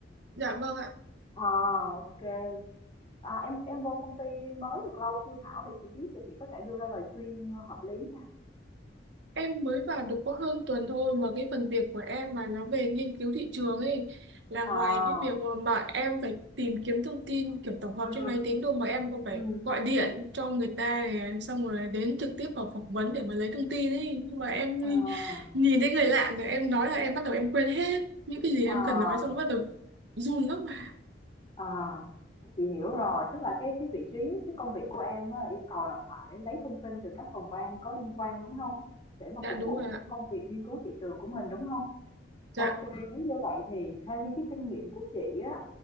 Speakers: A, on the right; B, on the left.
A: dạ vâng ạ.
B: À ok. À, em em vô công ty mới được lâu chưa Thảo để chị biết để chị có thể đưa ra lời khuyên hợp lý nha.
A: Em mới vào được có hơn tuần thôi mà cái phần việc của em mà nó về nghiên cứu thị trường ấy là
B: À,
A: ngoài cái việc mà, mà em phải tìm kiếm thông tin kiểu tổng hợp
B: ừ
A: trên máy tính đâu mà em còn phải
B: ừ
A: gọi điện cho người ta này, xong rồi đến trực tiếp vào phỏng vấn để mà lấy thông tin ấy nhưng mà em
B: à,
A: nhìn nhìn thấy người lạ rồi em nói là em bắt đầu em quên hết những cái gì
B: à,
A: em cần nói xong bắt đầu run lắm mà
B: à. Chị hiểu rồi, tức là cái cái vị trí, cái công việc của em á, là yêu cầu là phải lấy thông tin từ các phòng ban có liên quan đúng không? Để mà
A: dạ
B: phục
A: đúng
B: vụ
A: rồi
B: cho
A: ạ
B: cái công việc nghiên cứu thị trường của mình đúng không?
A: dạ
B: Ok, nếu như vậy thì theo như cái kinh nghiệm của chị á,